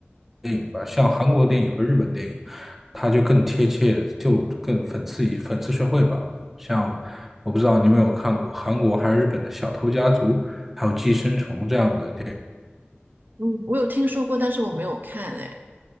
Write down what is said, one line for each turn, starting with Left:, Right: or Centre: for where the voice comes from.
Centre: 电影吧，像韩国电影和日本电影，它就更贴切，就更讽刺一讽刺社会吧。像我不知道你有没有看过韩国还是日本的《小偷家族》，还有《寄生虫》这样的。
Right: 嗯，我有听说过，但是我没有看哎。